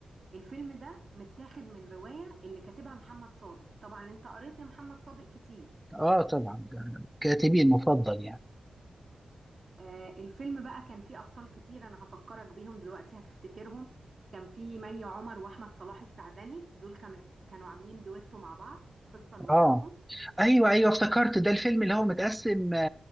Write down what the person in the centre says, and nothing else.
اه طبعا ده كاتبي المفضل يعني
اه ايوه ايوه افتكرت ده الفيلم اللي هو متقسم